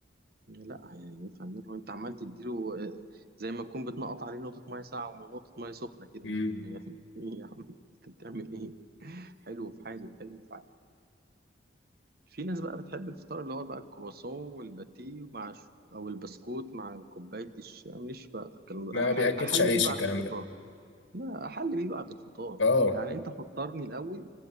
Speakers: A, on the right; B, on the left.
A: لا هيفهم يعني انت عمال تديله آه، زي ما تكون بتنقط عليه نقطة مية ساقعة ونقطة مية سخنة كده
B: امم
A: <laughs> يا عم انت بتعمل ايه حلو في حالي حلو في في ناس بقى بتحب الفطار اللي هو بقى الكرواسون والباتيه مع ش... او البسكوت مع كوبايه الشاي ماليش بقى في الكلام
B: ما
A: ده انا حل...
B: بياكلش
A: احل
B: عيش
A: بيه بعد
B: الكلام
A: الفطار
B: ده
A: لا احل بيه بعد الفطار
B: اه
A: يعني انت فطرني الاول